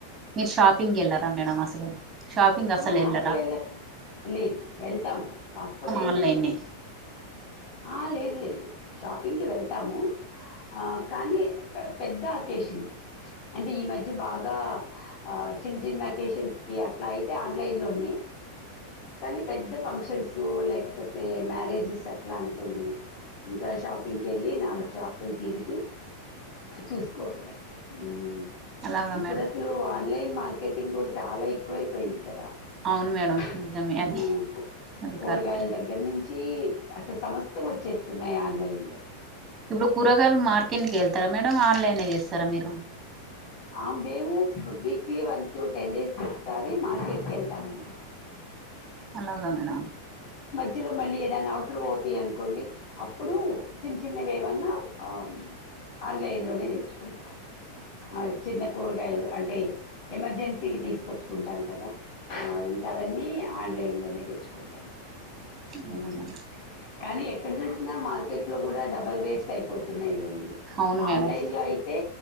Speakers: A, on the right; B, on the left.
A: మీరు షాపింగేళ్ళర మేడం అసలు షాపింగ్ అసలు
B: ఆ!
A: వెళ్లరా
B: అసలెళ్ళ లేదు వెళ్తాము కాకపోతే ఏంటంటే
A: ఆన్లైనే
B: ఆ లేదు లేదు షాపింగ్ కి వెళ్తాము ఆ కానీ పెద్ద అకేషన్ అంటే ఈ మధ్య బాగా ఆ చిన్న చిన్న అకేషన్స్ కి అట్లైతే ఆన్లైన్ లోనే కానీ పెద్ద ఫంక్షన్స్ లేకపోతే మ్యారేజెస్ అట్లా అనుకోండి ఇంకా షాపింగ్కి వెళ్ళి నాలుగు షాపులు తిరిగి చూసుకోవడమే మ్
A: అలాగా
B: ఇప్పుడు
A: మేడం
B: అసలు ఆన్లైన్ మార్కెటింగ్ కూడా చాలా ఎక్కువైపోయింది కదా
A: అవును మేడం
B: ఆ
A: నిజమే అది
B: కు
A: అది
B: కూరగాయల
A: కరెక్టే
B: దగ్గర నుంచి ఛీ అసలు సమస్తం వచ్చేస్తున్నయ్ ఆన్లైన్ లో
A: ఇప్పుడు కూరగాయలు మార్కెట్కి వెళ్తారా మేడమ్ ఆన్లైనే చేస్తార మీరు
B: ఆ మేము వీక్లీ వన్స్ టెన్ డేస్ కోకసారి మార్కెట్ కి వెళ్తామండి బ్లాంక్
A: అలాగా మేడం
B: మళ్ళీ ఏదైనా అవసరం అవుతాయ్ అనుకోండి అప్పుడు చిన్న చిన్నవి ఏమన్నా ఆ ఆన్లైన్ లోనే తెచ్చుకుంటా ఆ చిన్న కూరగాయలు అంటే ఎమర్జెన్సీకి తీసుకొచ్చుకుంటాం కదా ఆ ఇంకా అవన్నీ ఆన్లైన్ లోనే తెచ్చుకుంటాం
A: అవునా
B: మ్
A: మేడం
B: కానీ ఎ క్కడ చూసినా మార్కెట్లో కూడా డబల్ రేట్స్ అయిపోతున్నాయ్ లేండి
A: అవును
B: ఆన్లైన్లో
A: మేడం
B: అయితే